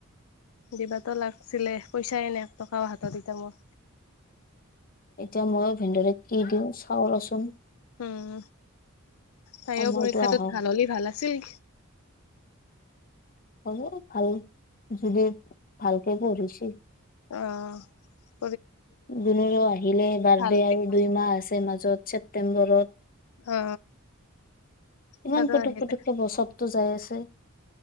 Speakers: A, on the left (about 80°); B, on the left (about 40°).
A: দিবাতো লাগছিলে। পইচাই নাই এক টকাও হাতত মোৰ।
B: এতিয়া মৌ ভিনদৰে কি দিওঁ চাওঁৰচোন
A: উম তাইও
B: সময়টো
A: পৰীক্ষাটোত
B: আহক
A: ভাল হ'লে ভাল আছিল।
B: হব ভাল যদি ভালকে পঢ়িছে।
A: আহ।
B: দুনুৰো আহিলে বাৰ্থডে
A: ভাল হ'লি
B: আৰু
A: ভাল।
B: দুই মাহ আছে মাজ ত ছেপ্তেম্বৰত।
A: অ
B: ইমান
A: তাতো
B: পুটুক
A: আহিলে
B: পুটুককে বছতটো যাই আছে। <inaudible>